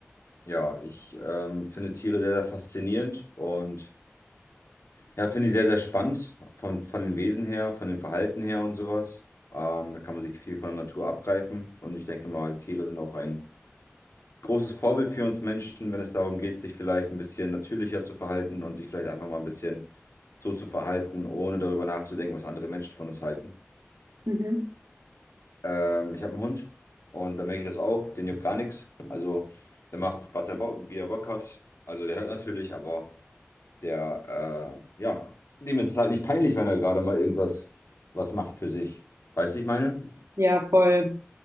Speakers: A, on the left (about 80°); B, on the right (about 80°).
A: Ja, ich ähm, finde Tiere sehr, sehr faszinierend und ja, finde ich sehr, sehr spannend von, von den Wesen her, von dem Verhalten her und sowas. Ähm, da kann man sich viel von der Natur abgreifen und ich denke mal, Tiere sind auch ein großes Vorbild für uns Menschen, wenn es darum geht, sich vielleicht ein bisschen natürlicher zu verhalten und sich vielleicht einfach mal ein bisschen so zu verhalten, ohne darüber nachzudenken, was andere Menschen von uns halten.
B: Mhm.
A: Ähm, ich habe einen Hund und da merke ich das auch. Den juckt gar nichts. Also der macht, was er Bock, wie er Bock hat. Also der hört natürlich, aber der, äh, ja, dem ist es halt nicht peinlich, wenn er gerade mal irgendwas was macht für sich. Weißt du, ich meine?
B: Ja, voll.